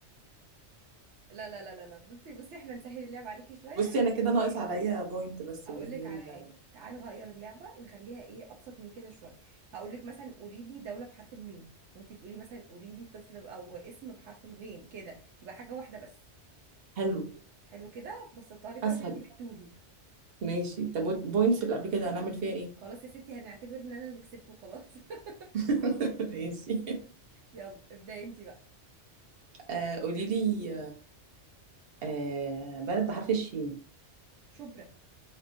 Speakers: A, on the right; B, on the right.
A: لا لا لا لا لا بصي بصي احنا نسهل اللعبه عليكي شويه
B: بصي
A: احنا
B: انا
A: نخليها
B: كده ناقص
A: ايه
B: عليا بوينت بس
A: هقول
B: اللي هي
A: لك على
B: ال-
A: حاجه تعال نغير اللعبه نخليها ايه ابسط من كده شويه هقول لك مثلا قولي لي دوله بحرف الميم وانتي تقولي مثلا قولي لي طفل او اسم بحرف الغين كده يبقى حاجه واحده بس
B: حلو
A: حلو كده بسطتها لك أهو
B: اسهل
A: عشان انتي بتتوهي
B: ماشي طب البوينتس اللي قبل كده هنعمل فيها ايه
A: خلاص يا ستي هنعتبر ان انا اللي كسبت وخلاص <laughs>
B: <laughs> ماشي
A: يلا ابداي انتي بقى
B: آه قولي لي آه بلد بحرف الشين
A: شبرا